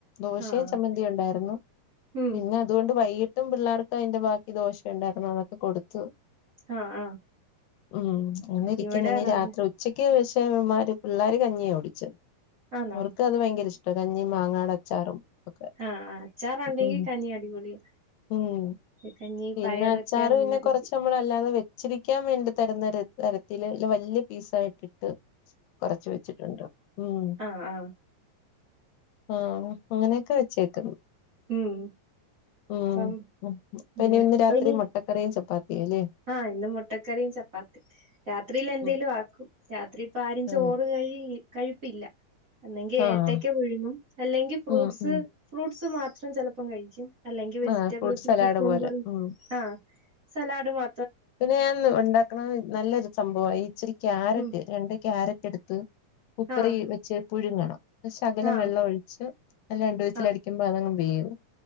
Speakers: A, on the left (about 85°); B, on the right (about 35°).
A: ദോശയും
B: ആഹ്
A: ചമ്മന്തിയും ഉണ്ടായിരുന്നു
B: ഉം
A: പിന്നെ അതുകൊണ്ട് വൈകിട്ടും പിള്ളേർക്ക് അയ്ന്റെ ബാക്കി ദോഷ ഉണ്ടായിരുന്നു അതൊക്കെ കൊടുത്തു
B: ആഹ് ആഹ്
A: ഉം ഒന്നിരിക്കുന്ന
B: ഇവിടെ
A: ഇനി
B: റവ
A: രാത്രി ഉച്ചക്ക് പഷേവന്മാര് പിള്ളേര് കഞ്ഞിയാകുടിച്ചേ
B: ആന്നോ
A: ഓർക്ക് അത് ഭയങ്കര ഇഷ് ട്ട കഞ്ഞിമ് മാങ്ങാടച്ചാറും ഒക്കെ
B: ആഹ് ആഹ് അച്ചാറുണ്ടെങ്കി
A: ഉം
B: കഞ്ഞി അടിപൊളിയാ
A: ഉം
B: കഞ്ഞി
A: പിന്നെ
B: പയറൊക്കെ
A: അച്ചാറ്
B: നല്ല
A: പിന്നെ
B: രുചി
A: കൊറച്ച മ്പളല്ലാതെ വെച്ചിരിക്കാൻ വേണ്ടി തരുന്ന ഒരു തരത്തില് വല്യേ പീസായിട്ടിട്ട് കൊറച്ച് വെച്ചിട്ടുണ്ട് ഉം.
B: അ ആഹ്
A: ആഹ് അങ്ങനെയൊക്കെ വെച്ചേക്കുന്ന്
B: ഉം
A: ഉം
B: ഇപ്പം
A: അപ്പോ
B: പിന്നെ
A: ഇനി ഇന്ന്
B: അപ്പൊ
A: രാത്രി
B: ഇനി
A: മുട്ടക്കറിയും ചപ്പാത്തിയും അല്ലേ
B: ആഹ് ഇന്ന് മുട്ടക്കറിയും ചപ്പാത്തി രാത്രിയിൽ എന്തേലും
A: ഉം
B: ആക്കും രാത്രി ഇപ്പ ആരും ചോറ്
A: ആഹ്
B: കഴി കഴിപ്പില്ല അല്ലെങ്കി
A: ആഹ്
B: ഏത്തക്ക പുഴുങ്ങും അല്ലെങ്കി ഫ്രൂട്ട്സ്
A: ഉം ഉം
B: ഫ്രൂട്ട്സ് മാത്രം ചിലപ്പം കഴിക്കും. അല്ലെങ്കി വെജിറ്റബിൾസ്
A: ആഹ് ഫ്രൂട്ട് സലാഡ്
B: കുക്കുമ്പറും
A: പോലെ ഉം
B: ആഹ് സലാഡ് മാ
A: പിന്നെ ഞാൻ ഉണ്ടാക്കണ നല്ലൊരു സംഭവ ഇച്ചിരി ക്യാരറ്റ്
B: ഉം
A: രണ്ട് ക്യാരറ്റ് എടു ത്ത് കുക്കറി
B: ആഹ്
A: വെച്ച് പുഴുങ്ങണം ശകലം
B: ആഹ്
A: വെള്ള ഒഴിച്ച് നല്ല രണ്ട് വിസിലടി
B: ആഹ്
A: മ്പോ അതങ്ങ് വേവും